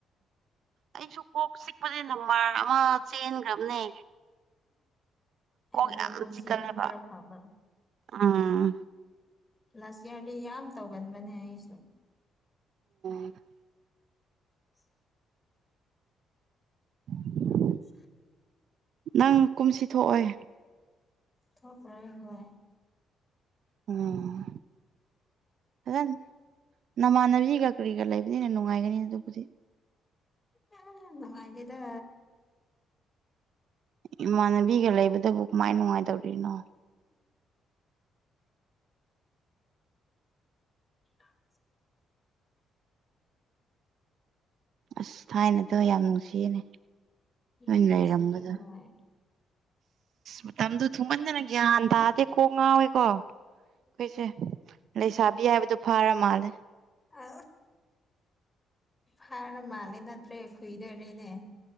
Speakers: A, on the right; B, on the left.
A: ꯑꯩꯁꯨ ꯀꯣꯛ ꯆꯤꯛꯄꯁꯦ ꯅꯝꯕꯔ ꯑꯃ ꯆꯦꯟꯈ꯭ꯔꯕꯅꯦ ꯀꯣꯛ
B: ꯑꯗꯣ
A: ꯌꯥꯝ
B: ꯀꯨꯝꯁꯤꯗꯤ
A: ꯆꯤꯛꯀꯜꯂꯦꯕ
B: ꯈꯔ ꯐꯕ
A: ꯎꯝ
B: ꯂꯥꯁ ꯏꯌꯥꯔꯗꯤ ꯌꯥꯝ ꯇꯧꯒꯟꯕꯅꯦ ꯑꯩꯁꯨ
A: <inaudible>
B: ꯁꯤ
A: <inaudible>
B: <unintelligible>
A: ꯅꯪ ꯀꯨꯝꯁꯤ ꯊꯣꯛꯑꯣꯏ
B: ꯊꯣꯛꯂꯣꯏ ꯍꯣꯏ
A: ꯑꯣ ꯑꯗꯨ ꯅꯃꯥꯟꯅꯕꯤꯒ ꯀꯔꯤꯒ ꯂꯩ ꯍꯦꯟꯅ ꯅꯨꯡꯉꯥꯏꯒꯅꯤ ꯑꯗꯨꯕꯨꯗꯤ
B: ꯑ ꯅꯨꯡꯉꯥꯏꯗꯦꯗ
A: ꯏꯃꯥꯟꯅꯕꯤꯒ ꯂꯩꯕꯗꯕꯨ ꯀꯃꯥꯏ ꯅꯨꯡꯉꯥꯏꯗꯧꯔꯤꯅꯣ
B: <inaudible>
A: ꯑꯁ ꯊꯥꯏꯅꯗꯣ ꯌꯥꯝ ꯅꯨꯡꯁꯤꯌꯦꯅꯦ
B: ꯌꯥꯝ
A: ꯑꯩ
B: ꯅꯨꯡꯁꯤꯌꯦ
A: ꯂꯩꯔꯝꯕꯗꯣ
B: ꯍꯣꯏ
A: ꯃꯇꯝꯗꯨ ꯊꯨꯃꯟꯗꯅ ꯒ꯭ꯌꯥꯟ ꯇꯥꯗꯦ ꯀꯣꯛ ꯉꯥꯎꯋꯦꯀꯣ ꯑꯩꯁꯦ ꯂꯩꯁꯥꯕꯤ ꯍꯥꯏꯕꯗꯣ ꯐꯥꯔ ꯃꯥꯜꯂꯦ
B: ꯑ ꯐꯔ ꯃꯥꯜꯂꯦ ꯅꯠꯇ꯭ꯔꯦ ꯈꯨꯏꯗꯔꯦꯅꯦ